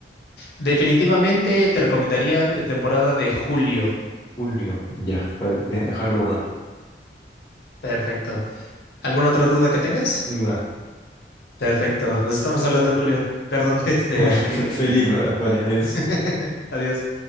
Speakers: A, on the left; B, on the left.
A: Definitivamente te recomendaría eh, temporada de julio.
B: Junio, ya, para de- dejarlo guardado.
A: Perfecto. ¿Alguna otra duda que tengas?
B: Ninguna.
A: Perfecto. Nos estamos hablando, Julio. Perdón, <laughs> este,
B: <laughs>
A: Felipe.
B: Feliz. vale, adiós.
A: <laughs> Adiós.